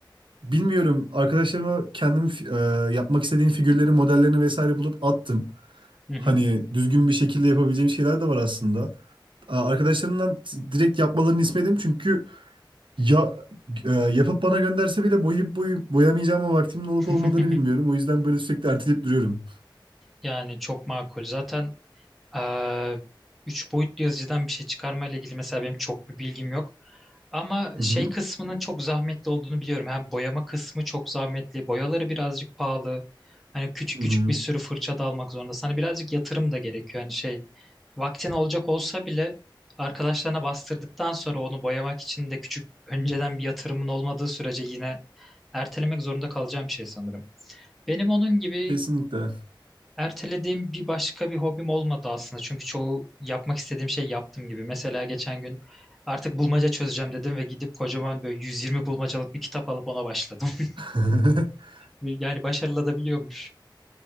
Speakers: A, on the right; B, in the centre.
A: Bilmiyorum. Arkadaşlarıma kendim e, yapmak istediğim figürlerin modellerini vesaire bulup attım.
B: Hı hı.
A: Hani düzgün bir şekilde yapabileceğim şeyler de var aslında. A- Arkadaşlarımdan t- direkt yapmalarını istemedim çünkü ya e, yapıp bana gönderse bile boyayıp boyu boyamayacağıma vaktimin olup
B: <laughs>
A: olmadığını bilmiyorum. O yüzden böyle sürekli erteleyip duruyorum.
B: Yani çok makul. Zaten eee üç boyutlu yazıcıdan bir şey çıkarma ile ilgili mesela benim çok bir bilgim yok. Ama
A: Hı
B: şey
A: hı.
B: kısmının çok zahmetli olduğunu biliyorum. Hem boyama kısmı çok zahmetli, boyaları birazcık pahalı. Hani küçük
A: Hı
B: küçük
A: hı.
B: bir sürü fırça da almak zorundasın. Hani birazcık yatırım da gerekiyor. Hani şey Vaktin olacak olsa bile arkadaşlarına bastırdıktan sonra onu boyamak için de küçük önceden bir yatırımın olmadığı sürece yine ertelemek zorunda kalacağım bir şey sanırım. Benim onun gibi
A: Kesinlikle.
B: ertelediğim bir başka bir hobim olmadı aslında. Çünkü çoğu yapmak istediğim şey yaptım gibi. Mesela geçen gün artık bulmaca çözeceğim dedim ve gidip kocaman böyle 120 bulmacalık bir kitap alıp ona başladım. <laughs>
A: <laughs>
B: Yani başarılı da biliyormuş.